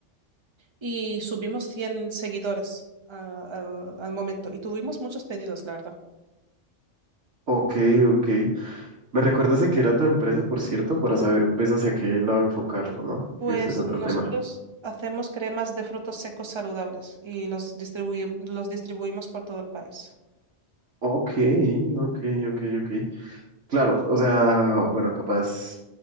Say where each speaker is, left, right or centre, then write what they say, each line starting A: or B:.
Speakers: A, on the right; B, on the right.
A: y subimos 100 seguidores a- al al momento y tuvimos muchos pedidos, la verdad.
B: ok, ok. ¿Me recuerdas de qué era tu empresa, por cierto, para saber pues hacia qué lado enfocarlo, ¿no?
A: Pues
B: Que ese es otro
A: nosotros
B: tema.
A: hacemos cremas de frutos secos saludables y los distribuí- los distribuimos por todo el país.
B: Ok, ok, ok, ok. Claro, o sea, bueno, capaz